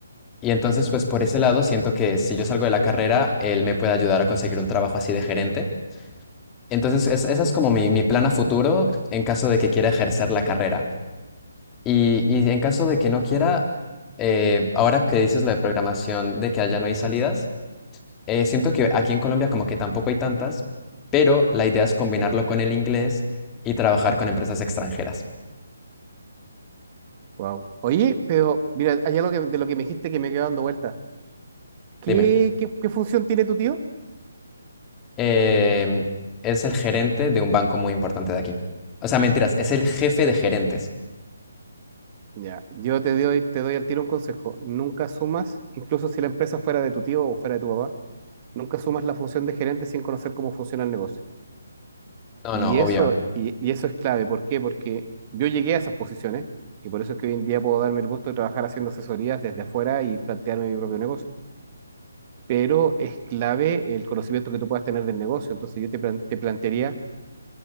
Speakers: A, on the left; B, on the right.
A: Y entonces, pues por ese lado, siento que si yo salgo de la carrera, él me puede ayudar a conseguir un trabajo así de gerente. Entonces, es- esa es como mi, mi plan a futuro en caso de que quiera ejercer la carrera. Y, y en caso de que no quiera, eh, ahora que dices lo de programación, de que allá no hay salidas, eh, siento que aquí en Colombia como que tampoco hay tantas, pero la idea es combinarlo con el inglés y trabajar con empresas extranjeras.
B: Wow. Oye, pero mira, hay algo que- de lo que me dijiste que me quedó dando vuelta. ¿Qué,
A: Dime.
B: qué, qué función tiene tu tío?
A: eh, es el gerente de un banco muy importante de aquí. O sea, mentiras, es el jefe de gerentes.
B: Ya, yo te doy, te doy al tiro un consejo. Nunca sumas, incluso si la empresa fuera de tu tío o fuera de tu papá, nunca sumas la función de gerente sin conocer cómo funciona el negocio.
A: No,
B: Y
A: no, obvio.
B: eso, y, y eso es clave. ¿Por qué? Porque yo llegué a esas posiciones y por eso es que hoy en día puedo darme el gusto de trabajar haciendo asesorías desde afuera y plantearme mi propio negocio. pero es clave el conocimiento que tú puedas tener del negocio. Entonces yo te, plan- te plantearía,